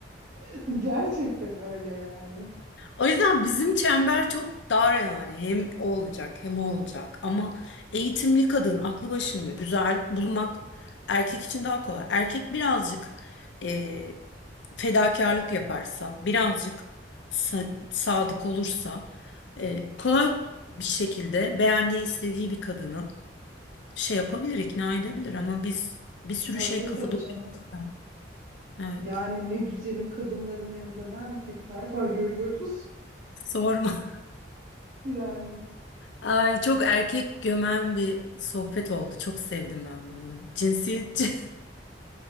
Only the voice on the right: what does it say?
<laughs> Gerçekten öyle yani.
Öyle
tabii canım.
Yani ne güzelim kadınların yanında ne erkekler var <laughs> görüyoruz.
Yani